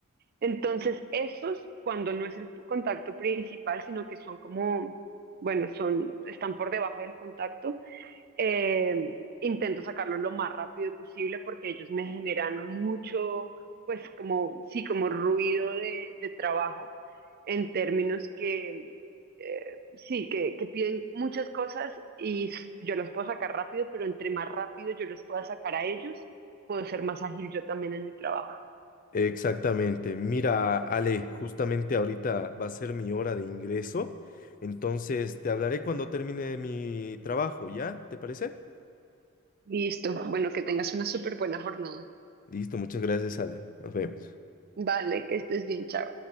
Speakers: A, on the right; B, on the left.
A: Entonces, esos, cuando no es el contacto principal, sino que son como, bueno, son, están por debajo del contacto, eh, intento sacarlos lo más rápido posible porque ellos me generan mucho, pues como, sí, como ruido de, de trabajo en términos que, eh, sí, que, que piden muchas cosas y s- yo las puedo sacar rápido, pero entre más rápido yo los pueda sacar a ellos, puedo ser más ágil yo también en mi trabajo.
B: Exactamente. Mira, Ale, justamente ahorita va a ser mi hora de ingreso, entonces te hablaré cuando termine mi trabajo, ¿ya? ¿Te parece?
A: Listo. Bueno, que tengas una súper buena jornada.
B: Listo, muchas gracias, Ale. Nos vemos.
A: Vale, que estés bien, chao.